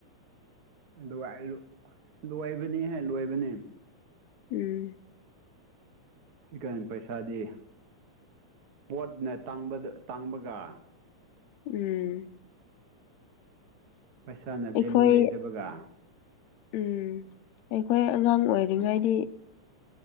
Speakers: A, on the right (about 60°); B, on the left (about 75°).
A: ꯑꯗꯨꯒ ꯂꯣꯏꯕꯅꯦꯍꯦ ꯂꯣꯏꯕꯅꯦ
B: ꯎꯝ
A: ꯀꯟ ꯄꯩꯁꯥꯗꯤ ꯄꯣꯠꯅ ꯇꯥꯡꯕꯗ ꯇꯥꯡꯕꯒ
B: ꯎꯝ
A: ꯄꯩꯁꯥꯅ
B: ꯑꯩꯈꯣꯏ
A: ꯚꯦꯂꯨ ꯂꯩꯇꯕꯒ
B: ꯎꯝ ꯑꯩꯈꯣꯏ ꯑꯉꯥꯡ ꯑꯣꯏꯔꯤꯉꯩꯗꯤ